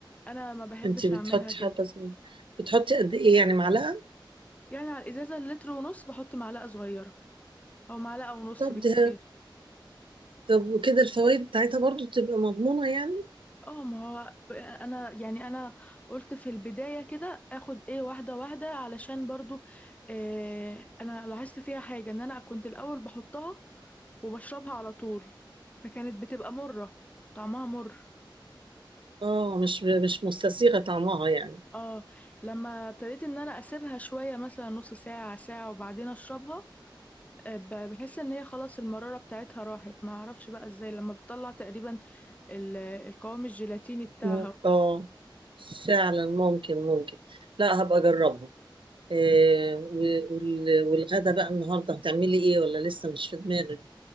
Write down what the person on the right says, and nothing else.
انتي بتحطي
حبة صغيرة بتحطي قد ايه يعني معلقة
طب
ده طب وكده الفوائد بتاعتها برضو تبقى مضمونة يعني
اه مش مش مستسيغة طعمها يعني
مم.
اه فعلا ممكن ممكن لا هبقى اجربها إيه و- وال- والغدا بقى النهارده هتعملي ايه ولا لسه مش في دماغك